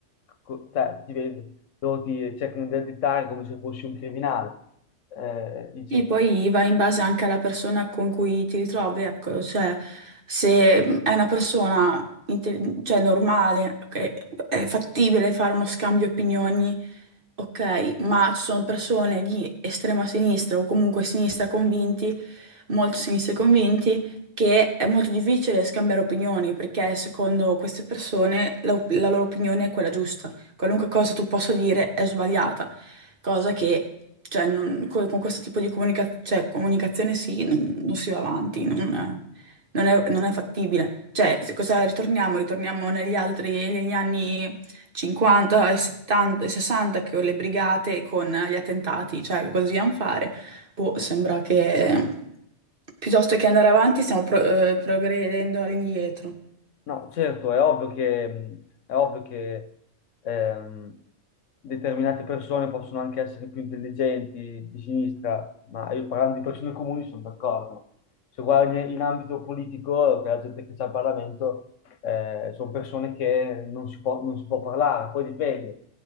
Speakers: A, on the left; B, on the right.
A: co- cioè, ti vedo, loro ti cercano di additare come se fossi un criminale eh, dice
B: Sì, poi va in base anche alla persona con cui ti ritrovi, ecco, cioè se è una persona inte- cioè, normale, che è fattibile fare uno scambio di opinioni, ok, ma ci sono persone di estrema sinistra o comunque sinistra convinti, molto sinistra convinti, che è molto difficile scambiare opinioni perché secondo queste persone la la loro opinione è quella giusta, qualunque cosa tu possa dire è sbagliata cosa che cioè, non- co- con, questo tipo di comunica- cioè, comunicazione sì, non, non si va avanti, non, non è, non è fattibile. Cioè, se- cosa ritorniamo? Ritorniamo negli altri, negli anni 50 e 70 e 60 che con le brigate, con gli attentati, cioè cosa dobbiamo fare? Boh, sembra che piuttosto che andare avanti stiamo pro- eh, progredendo all'indietro.
A: No, certo, è ovvio che, mh, è ovvio che ehm, determinate persone possono anche essere più intelligenti di sinistra, ma io parlando di persone comuni sono d'accordo se guardi in ambito politico, che la gente che c'è al Parlamento, eh, sono persone che non si può, non si può parlare, poi dipende.